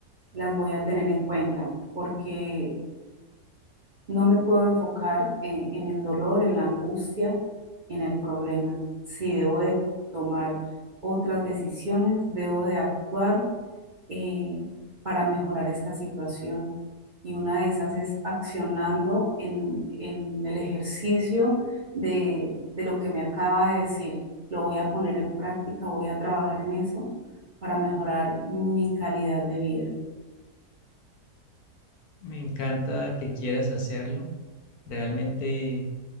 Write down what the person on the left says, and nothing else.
Me encanta que quieras hacerlo. Realmente